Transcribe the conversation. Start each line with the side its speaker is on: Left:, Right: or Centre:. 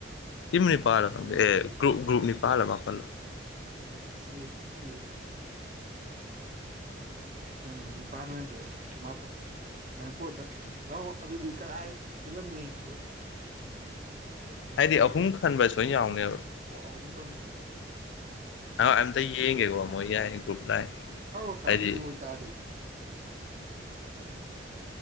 Left: ꯇꯤꯝ ꯅꯤꯄꯥꯜꯂ ꯈꯪꯗꯦ
Right: ꯑꯣꯏꯔꯝꯃꯣꯏꯍꯦ
Left: ꯑꯦ ꯒ꯭ꯔꯨꯞ ꯒ꯭ꯔꯨꯞꯅꯤ ꯅꯤꯄꯥꯜꯂ ꯃꯥꯄꯜꯂ
Right: ꯖ‌ꯦ ꯀ‌ꯦ ꯍ‌ꯣꯏꯅ‌ꯦ ꯅꯤꯄꯥꯟ ꯑꯣꯏꯅ ꯊ‌ꯣꯛ ꯃꯄꯨ ꯅꯪ ꯄ‌ꯣꯠꯇ ꯇꯥꯎꯟ ꯑꯣꯐ ꯑꯗꯨꯗꯤ ꯀꯗꯥꯥꯏ ꯍ‌ꯦꯜꯂꯝꯅꯤ ꯒ꯭ꯔꯨꯞ
Left: ꯍꯥꯏꯗꯤ
Right: ꯇꯔ‌ꯏꯟꯊ‌ꯣꯏꯃꯨꯛ
Left: ꯑꯍꯨꯝ ꯈꯟꯕ ꯁꯣꯏꯅ ꯌꯥꯎꯅꯦꯕ
Right: ꯑꯣ ꯑꯍꯨꯝ ꯈꯟ
Left: ꯑ ꯑꯝꯇ ꯌꯦꯡꯒꯦꯀꯣ ꯃꯣꯏ ꯌꯥꯏ ꯒ꯭ꯔꯨꯞ ꯂꯥꯏ
Right: ꯈꯩ
Left: ꯍꯥꯏꯗꯤ
Right: ꯗꯨ ꯑꯣꯏ ꯇꯥꯔꯗꯤ